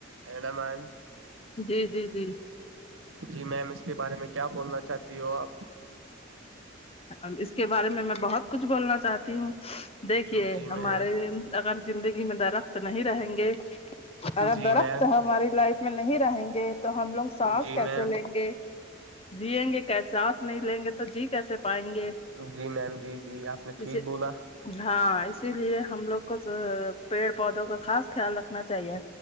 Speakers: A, on the right; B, on the left.
A: ہے نا میم
B: جی جی جی
A: جی میم اس کے بارے میں کیا بولنا چاہتی ہو آپ
B: ا اس کے بارے میں میں بہت کچھ بولنا چاہتی ہوں دیکھیے
A: جی
B: ہمارے
A: میم
B: اگر زندگی میں درخت نہیں رہیں گے اگر
A: جی
B: درخت
A: میم
B: ہماری لائف میں نہیں رہیں گے تو ہم لوگ سانس
A: جی
B: کیسے
A: میم
B: لیں گے جیئیں گے کیساساس نہیں لیں گے تو جی کیسے پائیں گے
A: جی میم جی جی آپ نے
B: جسے
A: ٹھیک بولا
B: ہاں اسی لیے ہم لوگ کو پیڑ پودوں کا خاص خیال رکھنا چاہیے